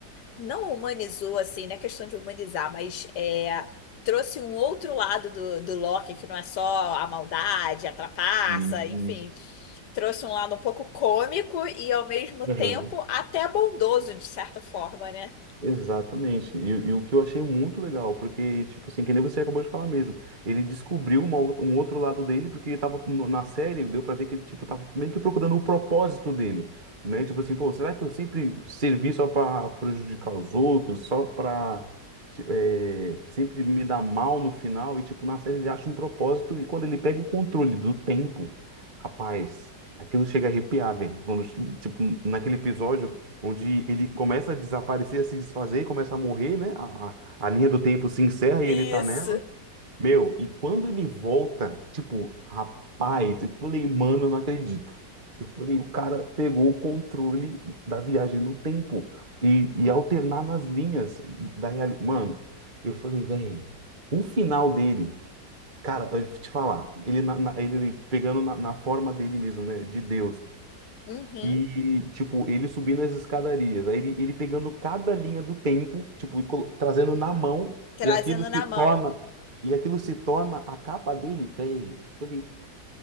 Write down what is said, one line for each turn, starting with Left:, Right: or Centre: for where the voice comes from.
Left: não humanizou, assim, não é questão de humanizar, mas é, trouxe um outro lado do, do Loki, que não é só a maldade, a trapaça,
Right: e-
Left: enfim. Trouxe um lado um pouco cômico e, ao mesmo tempo,
Right: Aham.
Left: até bondoso, de certa forma, né?
Right: Exatamente. E, e o que eu achei muito legal, porque, tipo assim, que nem você acabou de falar mesmo, ele descobriu uma outra- um outro lado dele, porque ele tava no- na série, deu pra ver que ele, tipo, tava meio que procurando o propósito dele, né? Tipo assim, pô, será que eu sempre servi só pra prejudicar os outros, só pra, é, sempre me dar mal no final? E, tipo, na série ele acha um propósito, e quando ele pega o controle do tempo, rapaz, aquilo chega a arrepiar, velho. Quando, tipo, naquele episódio onde ele começa a desaparecer, a se desfazer, começa a morrer, né? A, a, a linha do tempo se encerra
Left: Isso.
Right: e ele tá nela. Meu, e quando ele volta, tipo, rapaz, eu falei, mano, eu não acredito. Eu falei, o cara pegou o controle da viagem no tempo e, e alternar nas linhas da realidade. Mano, eu falei, velho, o final dele, cara, eu vou te falar, ele, na- na- ele pegando na na forma dele mesmo, né? De Deus.
Left: Uhum.
Right: E, tipo, ele subindo as escadarias, aí ele, ele pegando cada linha do tempo, tipo, e colo- trazendo na mão,
Left: Trazendo
Right: e aquilo
Left: na
Right: se
Left: mão.
Right: torna, e aquilo se torna a capa dele, velho. Eu falei,